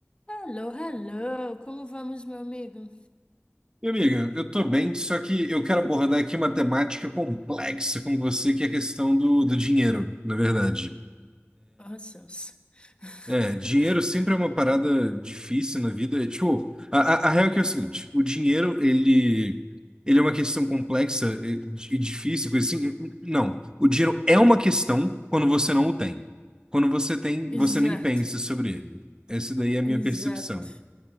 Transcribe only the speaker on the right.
Minha amiga, eu tô bem, só que eu quero abordar aqui uma temática complexa com você, que é a questão do, do dinheiro, na verdade.
É, dinheiro sempre é uma parada difícil na vida. É, Tipo, a, a, a real é que é o seguinte, o dinheiro, ele, ele é uma questão complexa e, e difícil, coisa assim. Não, o dinheiro é uma questão quando você não o tem. Quando você tem,
você nem pensa sobre ele. Essa daí é a minha
percepção.